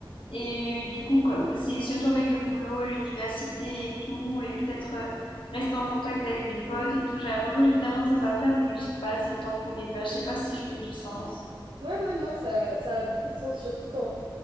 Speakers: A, on the left; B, on the right.
A: Et euh, du coup, comme- c'est surtout avec le boulot, l'université et tout, et peut-être euh, rester en contact avec mes potes et tout. J'ai l'impression que j'ai tellement de choses à faire, mais que j'ai pas assez de temps pour les faire. Je sais pas si je fais du sens.
B: Ouais, ouais, non, ça, ça a beaucoup de sens, surtout quand